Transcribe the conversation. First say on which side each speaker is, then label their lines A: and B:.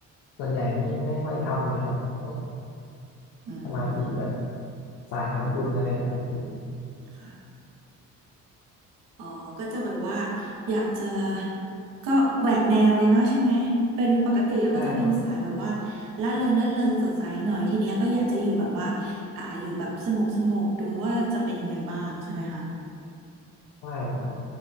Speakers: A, on the left; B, on the right.
A: ส่วนใหญ่ไม่ไม่ค่อยทำเลยครับพวก
B: อืม
A: สมาธิแบบสายทำบุญอะไรเงี้ยครับพี่
B: ค่ะ อ๋อ ก็จะแบบว่าอยากจะก็แหวกแนวเลยเนาะใช่ไหม เป็นปกติแล้วก็จะเป็นสายแบบว่า
A: ใช่ครับ
B: ล่าเริงล่าเริงสดใสหน่อยทีเนี้ยก็อยากจะอยู่แบบว่าอ่าอยู่แบบสงบสงบดูว่าจะเป็นยังไงบ้างใช่ไหมคะ
A: ใช่ครับ